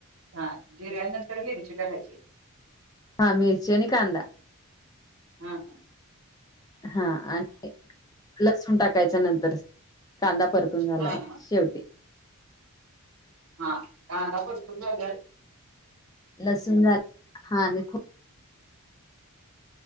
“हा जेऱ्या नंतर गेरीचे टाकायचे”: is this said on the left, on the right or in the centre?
Right